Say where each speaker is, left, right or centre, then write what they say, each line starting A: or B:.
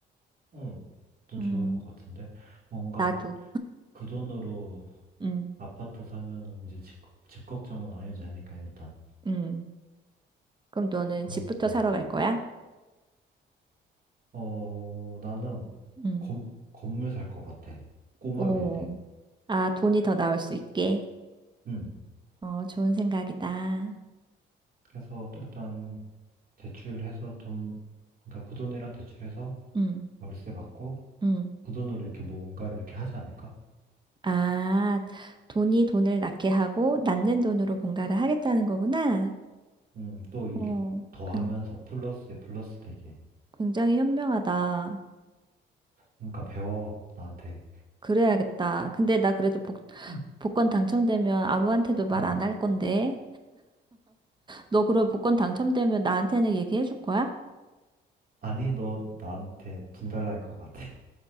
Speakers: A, on the right; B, on the right.
A: 음. 좀
B: 음,
A: 좋을 것 같은데. 뭔가
B: 나도.
A: 그 돈으로
B: 음,
A: 아파트 사면은 이제 집, 집 걱정은 안 해도 되니까, 일단.
B: 음. 그럼 너는
A: 그럼,
B: 집부터
A: 음.
B: 사러 갈 거야?
A: 어, 나는
B: 음.
A: 건, 건물 살 것 같아. 꼬마
B: 오.
A: 빌딩.
B: 아, 돈이 더 나올 수 있게.
A: 음.
B: 어, 좋은 생각이다.
A: 그래서 일단 대출해서 돈, 그러니까 그 돈이랑 대출해서
B: 음,
A: 월세 받고
B: 음.
A: 그 돈으로 이렇게 뭔가를 이렇게 하지 않을까?
B: 아, 돈이 돈을 낳게 하고 낳는 돈으로 뭔가를 하겠다는 거구나.
A: 음, 또 일
B: 어,
A: 더
B: 굉-
A: 하면서 플러스에 플러스 되게.
B: 굉장히 현명하다.
A: 그러니까 배워, 나한테.
B: 그래야겠다. 근데 나 그래도 복,
A: 응.
B: 복권 당첨되면 아무한테도 말
A: 어.
B: 안 할 건데. 너 그럼 복권 당첨되면 나한테는 얘기해 줄 거야?
A: 아니, 너 나한테 분달날 것 같아.